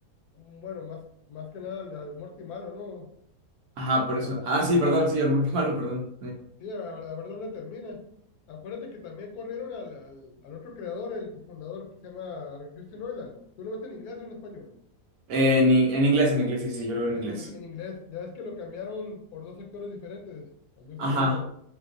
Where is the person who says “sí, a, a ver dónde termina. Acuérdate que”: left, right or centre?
Left